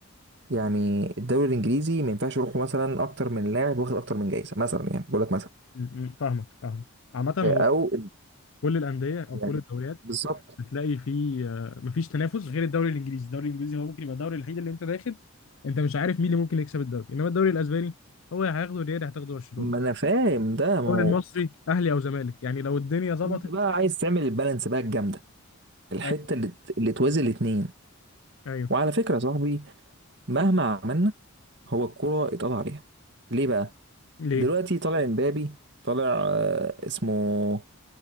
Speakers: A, on the right; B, on the left.
A: يعني الدوري الانجليزي ما ينفعش يروحوا مثلا اكتر من لاعب واخد اكتر من جايزه مثلا يعني بقول لك مثلا
B: م- م. فاهمك فاهمك عامة
A: آه،
B: هو
A: او
B: كل الأندية أو
A: يعني
B: كل الدوريات
A: بالظبط
B: بتلاقي فيه آه، مفيش تنافس غير الدوري الإنجليزي، الدوري الإنجليزي هو ممكن يبقى الدوري الوحيد اللي أنت داخل أنت مش عارف مين اللي ممكن يكسب الدوري، إنما الدوري الأسباني هو يا هياخده الريال يا هتاخده برشلونة،
A: ما انا فاهم ده ما
B: الدوري
A: هو
B: المصري أهلي أو زمالك، يعني لو الدنيا ظبطت
A: انت بقى عايز تعمل البالانس بقى الجامده الحته
B: أيوه
A: اللي ت- اللي توازي الاثنين
B: أيوه
A: وعلى فكره يا صاحبي مهما عملنا هو الكره اتقضى عليها ليه بقى
B: ليه؟
A: دلوقتي طالع امبابي طالع آه، اسمه